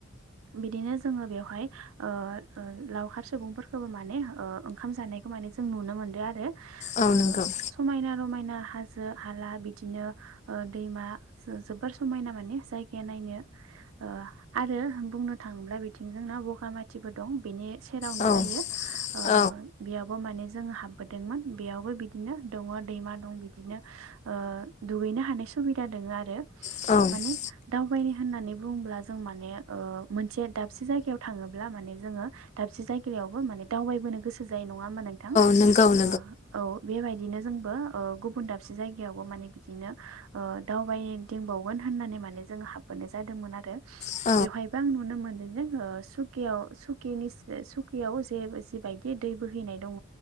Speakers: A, on the right (about 80°); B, on the left (about 35°).
A: बिदिनो जोङो बेवहाय ओ लावखार सुबुंफोरखौबो माने ओ ओंखाम जानायखौ माने जों नुनो मोनदों आरो
B: औ
A: ओ
B: नंगौ
A: समायना रमायना हाज जो हाला बिदिनो दैमा जोबोर समायना माने जायगाया नायनो। ओ आरो बुंनो थाङोब्ला बिथिं जोंना बगाामाथिबो दं बेनि सेरावनो
B: औ
A: जायो ओ
B: औ
A: बेयाबो माने जों हाबबोदोंमोन‌ बेयावबो‌ बिदिनो दंङ दैमा दं‌ ओ दुगैनो नो हानाय सुबिदा दङ आरो
B: औ
A: माने दावबायनो होननानै बुङोब्ला जों माने ओ मोनसे दाबसे जायगायाव थाङोब्ला माने जोङो दा दाबसे जायगायावबो माने दावबायबोनो गोसो जायो‌ नंङा होमबा नोंथां
B: नंगौ नंगौ
A: ओ औ बेबायदि दिनो जोंबो ओ गुबुन दाबसे जायगावबो माने बिदिनो ओ दावबायदिंबावगोन होन्नानै माने जों हाबबोनाय जादोंमोन आरो। बेवहायबो
B: औ
A: आं नुनो मोनदों जोङो सुखिआव सुखिनि सुखियाव जे जि बायदि दै बोहैनाय दङ